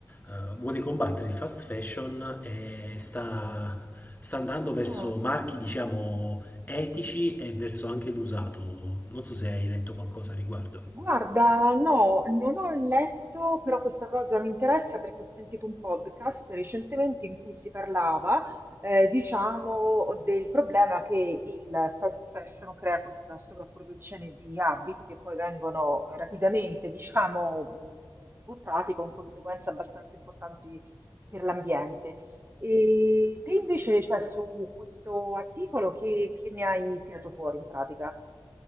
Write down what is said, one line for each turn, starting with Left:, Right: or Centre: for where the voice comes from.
Left: eh, eh, vuole combattere il fast fashion e sta, sta andando verso
Right: Ah,
Left: marchi, diciamo, etici e verso anche l'usato. Non so se hai letto qualcosa a riguardo.
Right: Guarda, no, non ho letto, però questa cosa mi interessa perché ho sentito un podcast recentemente in cui si parlava, eh, diciamo, del problema che il fast fashion crea questa sovrapproduzione di abiti che poi vengono rapidamente, diciamo, mh, buttati con conseguenze abbastanza importanti per l'ambiente. E te invece, cioè, su questo articolo, che, che ne hai tirato fuori in pratica?